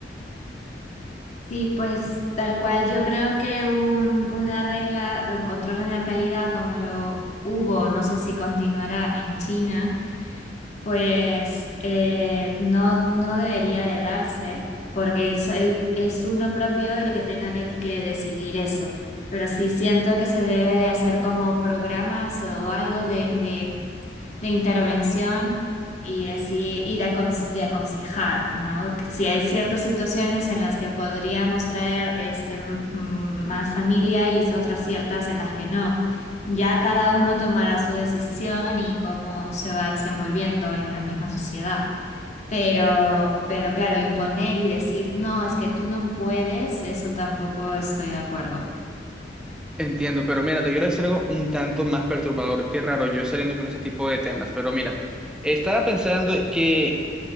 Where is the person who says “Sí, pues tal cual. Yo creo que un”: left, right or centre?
Left